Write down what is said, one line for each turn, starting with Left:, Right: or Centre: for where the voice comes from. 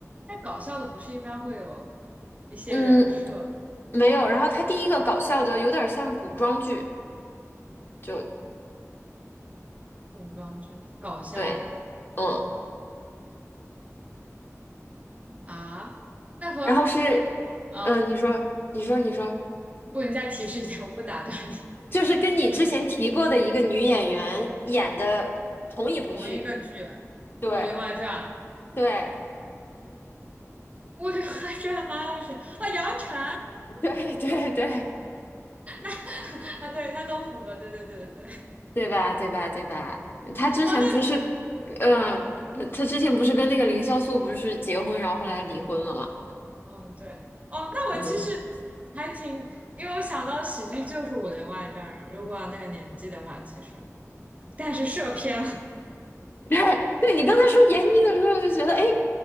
Right: 那搞笑的不是一般会有一些人设
Left: 嗯没有，然后他第一个搞笑的有点像古装剧，就
Right: 古装剧搞笑的
Left: 对，嗯，
Right: 啊？那和
Left: 然后是嗯，
Right: 嗯，
Left: 你说你说你说，
Right: 不，你再提示一下，我不打断你。
Left: 就是跟你之前提过的一个女演员演的同一部剧，
Right: 同一个剧，
Left: 对。
Right: 《武林外传》，
Left: 对
Right: 《武林外传》还有谁啊？杨晨
Left: <laughs> 对对对
Right: <laughs> 啊，对，那都符合，对对对对对。
Left: 对吧？对吧？对吧？他之前不是，
Right: 哦，那
Left: 嗯、他之前不是跟那个凌潇肃不是结婚，然后后来离婚了嘛？
Right: 嗯，对，哦，那我其实
Left: 嗯，
Right: 还挺，因为我想到喜剧就是《武林外传》，如果那个年纪的话，其实，但是射偏了，
Left: <laughs> 对，你刚才说闫妮的时候，就觉得哎，